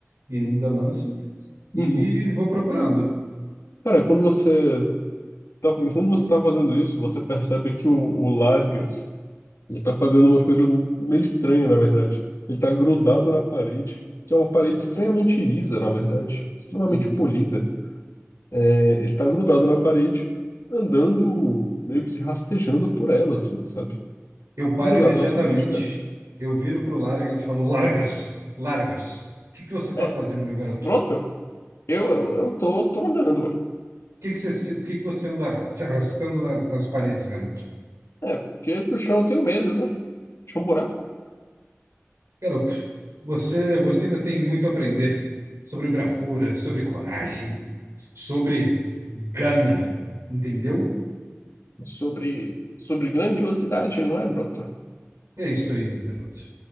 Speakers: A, on the right (about 75°); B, on the left (about 70°).
A: minha linda lança. E
B: Uhum.
A: vou procurando.
B: Cara, quando você tá- enquanto você tá fazendo isso, você percebe que o, o Largas, ele tá fazendo uma coisa meio estranha, na verdade. Ele tá grudado na parede, que é uma parede estranhamente lisa, na verdade, extremamente
A: <laughs>
B: polida. É, ele tá grudado na parede, andando, meio que se rastejando por ela, assim, sabe?
A: Eu paro
B: Grudado
A: imediatamente,
B: na parede, cara.
A: eu viro pro Largas e falo, Largas, Largas, o que que você está
B: É,
A: fazendo, meu garoto?
B: broto,
A: O
B: eu, eu, eu tô, tô andando, ué.
A: que que você, se- o que que você anda se arrastando nas, nas paredes, garoto?
B: É, porque do chão eu tenho medo, né? Tinha um buraco
A: Garoto, você, você ainda tem muito a aprender sobre bravura, sobre coragem, sobre gana, entendeu?
B: sobre, sobre grandiosidade, não é, broto?
A: É isso aí, meu garoto.